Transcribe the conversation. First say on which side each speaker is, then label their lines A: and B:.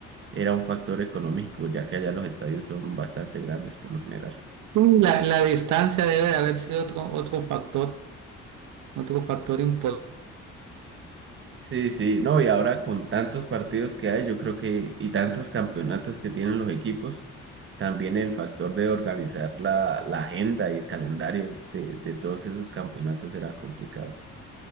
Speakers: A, on the right; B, on the right.
A: era un factor económico, ya que allá los estadios son bastante grandes por lo general.
B: La, la distancia debe de haber sido otro, otro factor, otro factor importante.
A: Sí, sí, no, y ahora con tantos partidos que hay, yo creo que, y tantos campeonatos que tienen los equipos, también el factor de organizar la, la agenda y el calendario de, de todos esos campeonatos era complicado.